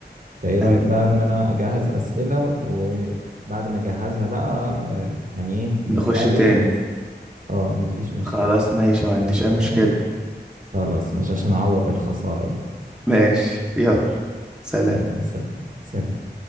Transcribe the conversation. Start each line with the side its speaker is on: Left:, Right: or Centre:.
Right: فايه رأيك
Centre: هن-
Right: بقى ان انا اجهز اسئلة وبعد ما اجهزها بقى آه، يعني ايه نتقابل
Centre: نخش تاني
Right: ونسأل اه مفيش مشكلة
Centre: خلاص ماشي ما عنديش اي
Right: تمام
Centre: مشكلة
Right: خلاص مش عشان اعوض الخسارة دي
Centre: ماشي يلا سلام
Right: يلا س- سلام